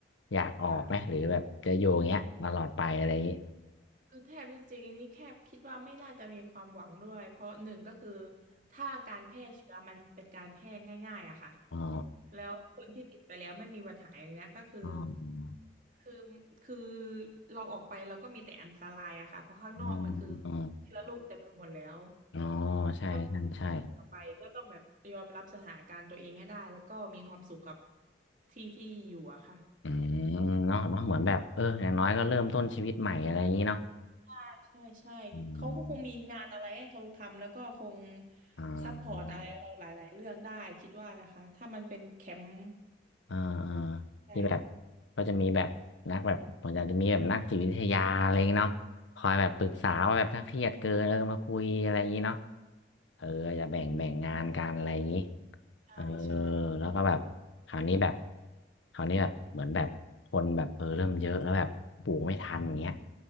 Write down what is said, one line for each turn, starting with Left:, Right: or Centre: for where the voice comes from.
Left: อยากออกไหมหรือแบบจะอยู่อย่างเงี้ยตลอดไปอะไรอย่างงี้
Right: ค่ะคือแทบที่จริงนี่แคบคิดว่าไม่น่าจะมีความหวังด้วยเพราะหนึ่งก็คือถ้าการแพร่เชื้อมันเป็นการแพร่ง่ายๆอะค่ะ
Left: อ๋อ
Right: แล้วคนที่ติดไปแล้วไม่มีวันหายอย่างเนี้ยก็คือ
Left: อ๋อ
Right: คือคือเราออกไปเราก็มีแต่อันตรายอะค่ะเพราะข้างนอกมันคือ
Left: อ๋ออ๋ออ๋อ
Right: เชื้อโรคเต็มไปหมดแล้ว
Left: อ๋อใช่
Right: ก็ต้องอยู่แบบนี้ต่อไปก็ต้องแบบยอมรับสถานการณ์ตัวเองให้ได้แล้วก็มีความสุขกับ
Left: ใช่ ใช่
Right: ที่ที่อยู่อะค่ะ
Left: อืมเนาะเนาะเหมือนแบบ เอออย่างน้อยก็เริ่มต้นชีวิตใหม่อะไรอย่างนี้เนาะ
Right: ใช่ใช่เขาก็คงมีงานอะไรให้เราทำแล้วก็คง
Left: อืมอ่า
Right: ซัพพอร์ตอะไรเราหลายๆเรื่องได้คิดว่านะคะถ้ามันเป็นแคมป์
Left: อ่าอ่า
Right: ใช่
Left: ที่แบบก็จะมีแบบนักแบบผมอนาจจะมีแบบนักจิตวิทยาอะไรอย่างงี้เนาะคอยแบบปรึกษาว่าแบบถ้าเครียดเกินเออมาคุยอะไรอย่างงี้เนาะ
Right: ใช่
Left: เออจะแบ่งแบ่งงานกันอะไรอย่างงี้
Right: ใช่ใช่
Left: เออแล้วก็แบบคราวนี้แบบคราวนี้แบบเหมือนแบบคนแบบเออเริ่มเยอะแล้วแบบปลูกไม่ทันเงี้ย